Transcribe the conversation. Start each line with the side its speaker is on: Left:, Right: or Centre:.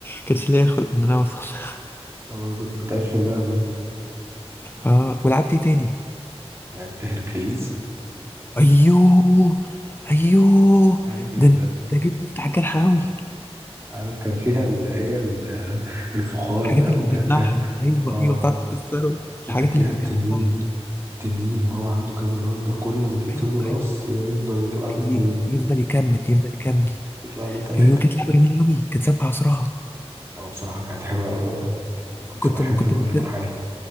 Left: كانش ليا خلق ان انا اوصل <laughs>
Right: <laughs> أول كنت بتقفل لعب إيه
Left: اه ولعبت ايه تاني
Right: لعبت هيركليز
Left: ايوه ايوه
Right: عارف ال
Left: ده انت جد انت حاجات حراوي
Right: عارف كان فيها اللي هي ال- الفخار
Left: الحاجات
Right: ده
Left: اللي
Right: وكان
Left: بتجمعها
Right: فيها
Left: ايوه
Right: اه
Left: ايوه بتقعد تكسره الحاجات
Right: وكان فيها
Left: اللي بتجمعها
Right: التنين التنين اللي هو عنده كذا راس ده كل ما تقتله
Left: ايوه
Right: راس
Left: ايوه
Right: يفضل يطلع له
Left: ي-
Right: اتنين
Left: يفضل يكمل يفضل يكمل
Right: يطلع له تلاتة
Left: ايوه كانت لعبه جميله قوي كانت سابقه عصرها
Right: اه بصراحة كانت حلوة أوي أوي. كنت
Left: كنت
Right: بحب
Left: كنت ملتزم
Right: كل مرحلة